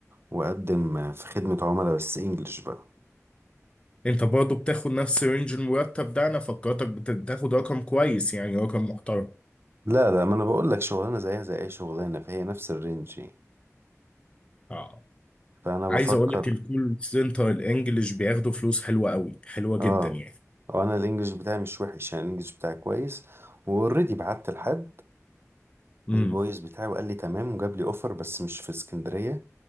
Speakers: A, on the right; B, on the left.
A: واقدم في خدمة عملاء بس انجلش بقى
B: انت برضه بتاخد نفس رينج المرتب ده انا فكرتك بت- بتاخد رقم كويس يعني رقم محترم
A: لا لا ما انا بقول لك شغلانة زيها زي اي شغلانة فهي نفس الرينج يعني.
B: اه
A: فانا
B: عايز
A: بفكر
B: اقول لك الكول سنتر الانجليش بياخدوا فلوس حلوه قوي حلوه
A: اه
B: جدا يعني
A: وانا الانجليش بتاعي مش وحش يعني الانجليش بتاعي كويس واوريدي بعت لحد
B: امم
A: الفويس بتاعي وقال لي تمام وجاب لي اوفر بس مش في اسكندرية